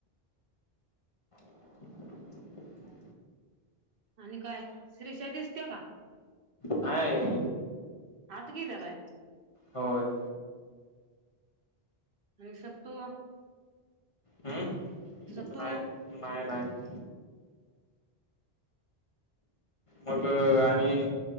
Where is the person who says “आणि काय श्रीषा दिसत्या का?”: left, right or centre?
Right